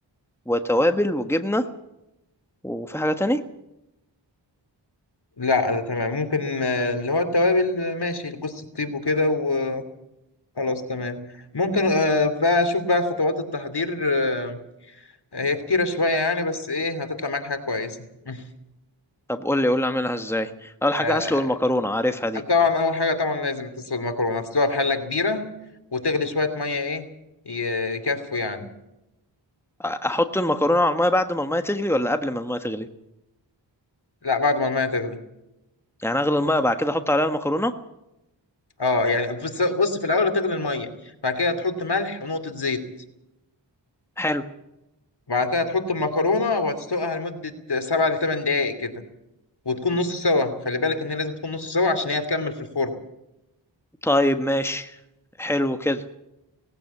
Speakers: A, in the centre; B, on the left.
A: وتوابل وجبنة وفي حاجة تانية
B: لا ده تمام ممكن آه، اللي هو التوابل آه، ماشي جوز الطيب وكده وخلاص تمام ممكن آه، بقى أشوف بقى خطوات التحضير آه، هي كتيرة شوية يعني بس إيه هتطلع معاك حاجة كويسة <laughs>
A: طب قول لي قول لي اعملها ازاي اول حاجه
B: آه،
A: هسلق المكرونه عارفها دي
B: طبعا أول حاجة طبعا لازم تسلق المكرونة تسلقها في حلة كبيرة وتغلي شوية مية إيه ي- يكفوا يعني
A: أ- احط المكرونه على الميه بعد ما الميه تغلي ولا قبل ما الميه تغلي
B: لا بعد ما المية تغلي
A: يعني اغلي الميه بعد كده احط عليها المكرونه
B: اه يعني بص بص في الاول هتغلي الميه بعد كده هتحط ملح ونقطه زيت
A: حلو
B: وبعد كده هتحط المكرونه وهتسلقها لمده سبع لثمان دقائق كده وتكون نص سوا خلي بالك ان هي لازم تكون نص سوا عشان هي هتكمل في الفرن
A: طيب ماشي حلو كده